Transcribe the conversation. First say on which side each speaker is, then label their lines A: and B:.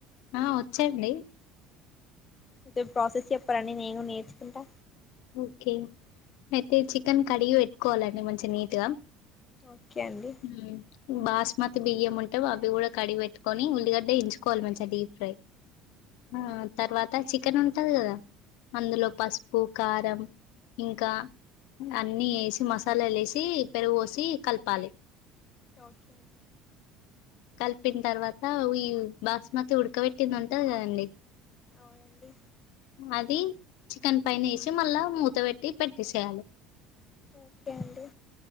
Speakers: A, on the left (about 80°); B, on the left (about 30°).
A: ఆ వచ్చండి
B: ఓకే ప్రాసెస్ చెప్పారాండి నేనూ నేర్చుకుంటా
A: ఓకే అయితే చికెన్ కడిగి పెట్టుకోవాలండి మంచి నీట్గా
B: ఓకే అండి
A: మ్ బాస్ మతి బియ్యం ఉంటే అవి కూడా కడిగి పెట్టుకొని ఉల్లిగడ్డ ఎంచుకోవాలి మంచిగా డీప్ ఫ్రై, మ్ తర్వాత చికెన్ ఉంటది కదా అందులో పసుపు కారం ఇంకా అన్ని ఏసి మసాల లేేసి పెరుగు పోసి కలపాలి
B: ఓకే
A: కలిపిన తర్వాత ఈ బాస్మతి ఉడకబెట్టింది ఉంటది కదండి
B: అవునండి
A: అది చికెన్ పైనేసి మళ్ళా మూత పెట్టి పెట్టేసేయాలి
B: ఓకే అండి